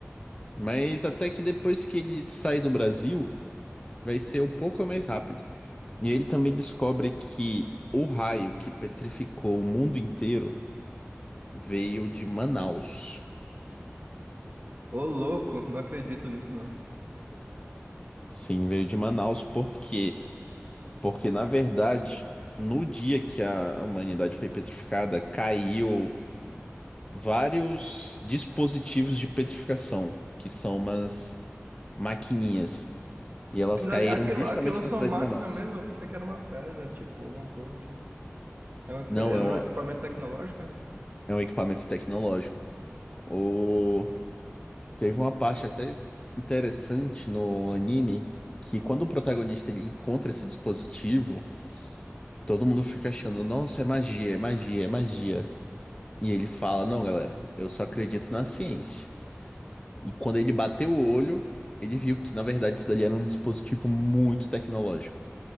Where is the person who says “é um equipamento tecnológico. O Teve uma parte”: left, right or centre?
Left